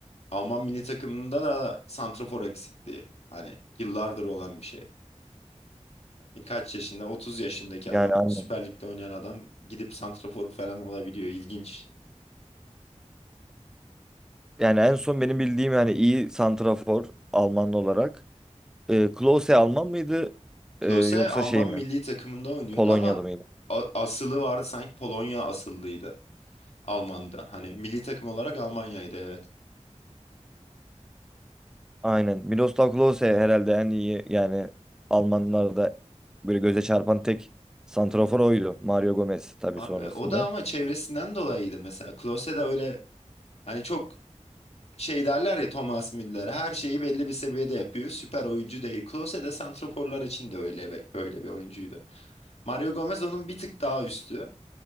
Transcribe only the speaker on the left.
Alman milli takımında da santrafor eksikliği. Hani yıllardır olan bir şey. Yani kaç yaşında? 30 yaşındaki
adam,
Süper Lig'de oynayan adam gidip santrafor falan olabiliyor. İlginç.
Klose
Alman
milli takımında oynuyordu
ama
a- asılı vardı sanki Polonya asıllıydı Alman'da. Hani milli takım olarak Almanya'ydı evet.
Abi
o da ama çevresinden dolayıydı mesela. Klose de öyle hani çok şey derler ya Thomas Müller her şeyi belli bir seviyede yapıyor. Süper oyuncu değil. Klose de santraforlar için de öyle bir, öyle bir oyuncuydu. Mario Gomez onun bir tık daha üstü.